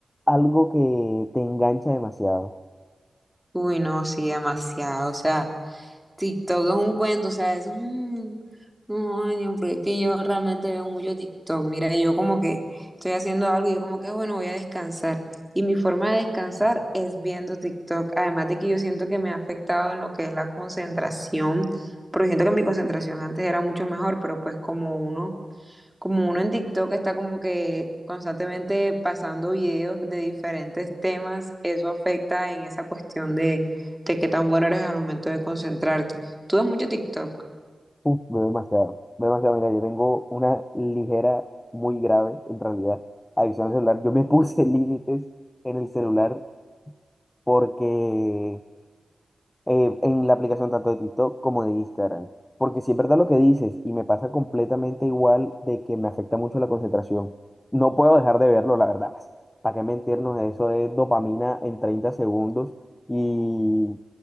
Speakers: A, on the left; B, in the centre.
A: algo que te engancha demasiado?
B: Uy, no, sí, demasiado, o sea, TikTok es un cuento, o sea, eso es un... No, ño, porque es que yo realmente veo mucho TikTok, mira, yo como que estoy haciendo algo y yo como que, "Ah, bueno, voy a descansar. Y mi forma de descansar es viendo TikTok, además de que yo siento que me ha afectado en lo que es la concentración, porque siento que mi concentración antes era mucho mejor, pero pues como uno como uno en TikTok está como que constantemente pasando videos de diferentes temas, eso afecta en esa cuestión de, de qué tan bueno eres al momento de concentrarte. ¿Tú ves mucho TikTok?
A: Uf, veo demasiado, veo demasiado. Mira, yo tengo una ligera, muy grave, en realidad, adicción al celular. Yo me puse <laughs> límites en el celular porque eh, en la aplicación tanto de TikTok como de Instagram. Porque si es verdad lo que dices, y me pasa completamente igual de que me afecta mucho la concentración. No puedo dejar de verlo, la verdad. Pues, ¿Para qué mentirnos? Eso es dopamina en 30 segundos. Y